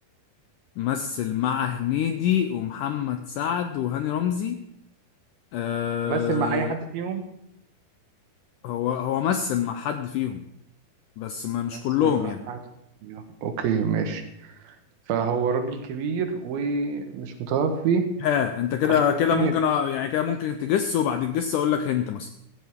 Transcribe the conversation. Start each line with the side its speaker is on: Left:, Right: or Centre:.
Left: مثل مع هنيدي ومحمد سعد وهاني رمزي آه
Right: مثل مع اي حد فيهم
Left: هو هو مثل مع حد فيهم بس ما
Right: مثل
Left: مش كلهم
Right: مع
Left: يعني
Right: حد فيهم اوكي ماشي فهو راجل كبير ومش متوفي
Left: ها انت كده
Right: طب
Left: كده
Right: اديني
Left: ممكن
Right: هنت
Left: أ- يعني كده ممكن تجس وبعد الجس اقول لك هنت مثلا